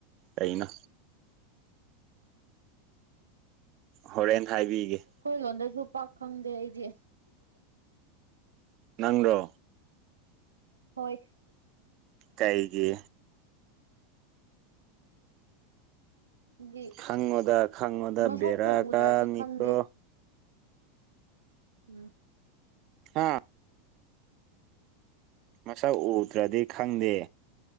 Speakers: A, on the right; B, on the right.
A: ꯑꯩꯅ ꯍꯣꯔꯦꯟ ꯍꯥꯏꯕꯤꯒꯦ
B: ꯑꯩꯈꯣꯏ ꯂꯣꯟꯗꯁꯨ ꯄꯥꯛ ꯈꯪꯗꯦ ꯑꯩꯗꯤ
A: ꯅꯪ ꯔꯣ
B: ꯍꯣꯏ
A: ꯀꯩꯒꯤ
B: ꯗꯤ
A: ꯈꯪꯉꯣꯗ ꯈꯪꯉꯣꯗ
B: ꯃꯁꯛꯇꯨ
A: ꯕꯦꯔꯥ
B: ꯎꯗ꯭ꯔꯗꯤ
A: ꯀꯥꯅꯤꯀꯣ
B: ꯈꯪꯗꯦ ꯎꯝ
A: ꯍꯥ ꯃꯁꯛ ꯎꯗ꯭ꯔꯗꯤ ꯈꯪꯗꯦ